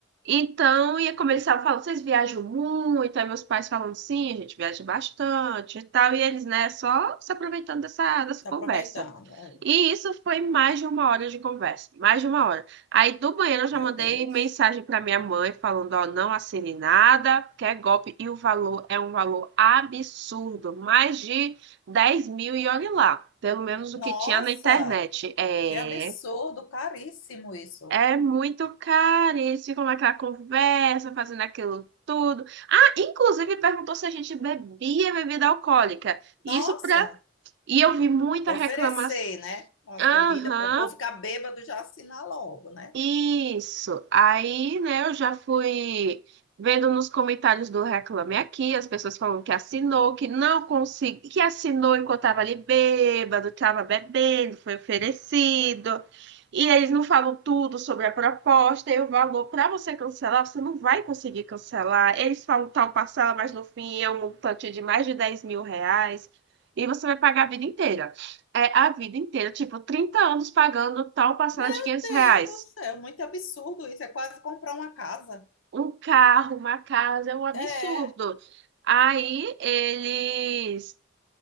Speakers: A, on the right; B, on the left.
A: Então, ia começar a falar, vocês viajam muito? Aí meus pais falando sim, a gente viaja bastante e tal. E eles, né, só se aproveitando dessa, dessa
B: Se
A: conversa.
B: aproveitando. Ai,
A: E isso foi mais de uma hora de conversa, mais de uma hora. Aí do banheiro eu já
B: Meu
A: mandei
B: Deus.
A: mensagem para minha mãe falando, ó, não assine nada, porque é golpe e o valor é um valor absurdo, mais de 10 mil e olhe lá, pelo menos o
B: Nossa,
A: que tinha na internet. É...
B: que absurdo, caríssimo isso.
A: É muito caro, e eles ficam naquela conversa, fazendo aquilo tudo. Ah, inclusive perguntou se a gente bebia bebida alcoólica. E
B: Nossa,
A: Isso pra... E eu vi muita
B: oferecer,
A: reclamação.
B: né? As
A: Aham,
B: bebidas para o povo ficar bêbado já assinar logo, né?
A: isso. Aí, né, eu já fui vendo nos comentários do Reclame Aqui, as pessoas falam que assinou, que não consegui, que assinou enquanto estava ali bêbado, estava bebendo, foi oferecido. E eles não falam tudo sobre a proposta e o valor para você cancelar, você não vai conseguir cancelar. Eles falam tal parcela, mas no fim é um montante de mais de 10 mil reais. E você vai pagar a vida inteira. É a vida inteira, tipo, 30 anos pagando tal parcela
B: Meu
A: de 500
B: Deus
A: reais
B: do céu, muito absurdo isso. É quase comprar uma casa.
A: um carro, uma casa, é um absurdo.
B: É,
A: Aí eles.